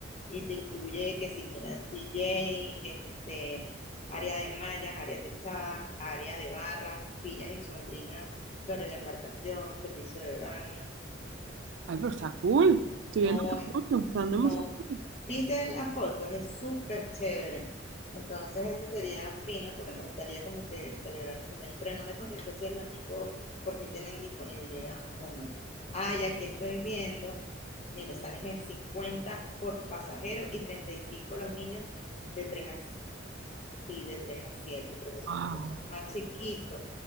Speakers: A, on the left; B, on the right.
A: Y te incluye que si, sí, mira, DJ, este, área de mallas, área techada, área de barras, sillas y sombrinas sobre la embarcación, servicio de baño,
B: Ay, pero está cool. Estoy
A: no,
B: viendo las fotos, están demasiado
A: no,
B: cool.
A: viste la foto, es súper chévere. Entonces, eso sería fino porque me gustaría como que celebrar mi cumpleaños, pero no me contestó si el domingo por fin tienen disponibilidad o no. Ah, y aquí estoy viendo, mire, sales en 50 por pasajero y 35 los niños de 3 a, sí, de 3 a 7. creo que son
B: Ah,
A: los que son más chiquitos,